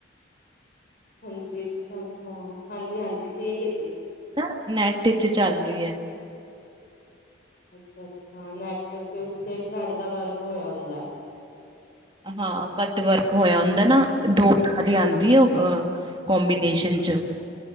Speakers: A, on the left (about 50°); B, on the right (about 25°).
A: ਹਾਂਜੀ, ਅੱਛਾ - ਅੱਛਾ ਹਾਂਜੀ - ਹਾਂਜੀ ਠੀਕ ਏ ਜੀ।
B: ਹਾ ਨੈੱਟ ਵਿਚ ਚੱਲ ਰਹੀ ਐ।
A: ਅੱਛਾ - ਅੱਛਾ ਨੈੱਟ ਦੇ ਉੱਤੇ ਥਰੈੱਡ ਦਾ ਵਰਕ ਹੋਇਆਂ ਹੁੰਦਾ।
B: ਹਾਂ ਕੱਟ ਵਰਕ ਹੋਇਆਂ ਹੁੰਦਾ
A: ਹੈਲ
B: ਨਾ ਦੋ ਆਰੀ ਆਂਦੀ ਆ ਅਹ
A: ਅੱਛਾ
B: ਕੋਂਬੀਨੇਸ਼ਨ
A: ਅੱਛਾ
B: 'ਚ।